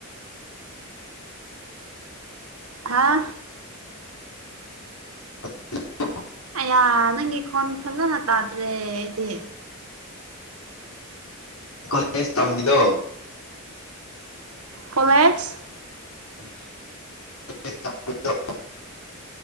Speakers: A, on the right; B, on the left.
A: ꯍꯥꯥ
B: <inaudible>
A: ꯑꯌꯥ ꯅꯪꯒꯤ ꯈꯣꯟ ꯐꯖꯅ ꯇꯥꯗ꯭ꯔꯦ ꯑꯩꯗꯤ
B: ꯀꯣꯂꯦꯖ ꯇꯝꯃꯤꯗꯣ
A: ꯀꯣꯂꯦꯖ
B: <unintelligible>